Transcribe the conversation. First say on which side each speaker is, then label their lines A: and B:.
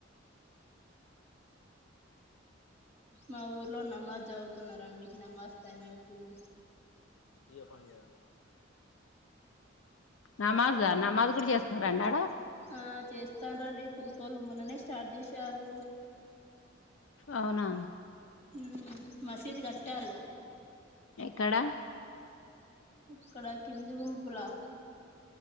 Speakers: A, on the left (about 35°); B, on the left (about 80°).
A: మా ఊర్లో నమాజ్ చదువుతున్నారండి నమాజ్ ట్యామ్ అవుతుంది.
B: య్యే పనిచెయ్యాలా నమాజా నమాజ్ కూడా చేస్తారండి ఆడా
A: ఆ చేస్తాండ్రండి తురుక్కోల్లు మొన్ననే స్టార్ట్ చేసారు
B: అవునా.
A: ఉమ్ మసీదు కట్టారుగా.
B: ఎక్కడ.
A: ఇక్కడ కింది గుంపులా